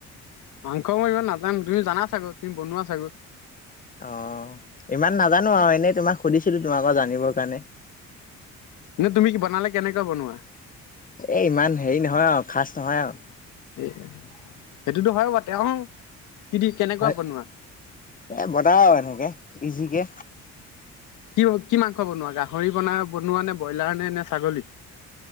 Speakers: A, on the left; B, on the left.
A: মাংস মই ইমান নাজানো। তুমি জানা চাগৈ তুমি বনোৱা চাগৈ?
B: অঁ! ইমান নাজানো আৰু এনেই তোমাক সুধিছিলো তোমাৰ পৰা জানিবৰ কাৰণে।
A: কিন্তু তুমি কি বনালে কেনেকৈ বনোৱা?
B: এ ইমান হেৰি নহয় আৰু খাচ নহয় আৰু।
A: <unintelligible> সেইটোতো হয় বা তেওঁ কি দি কেনেকুৱা
B: হয়।
A: বনোৱা?
B: এ বনাও আৰু এনেকে ইজিকে।
A: কি-কি মাংস বনোৱা গাহৰি বনা বনোৱা নে, ব্ৰইলাৰ নে, নে ছাগলী?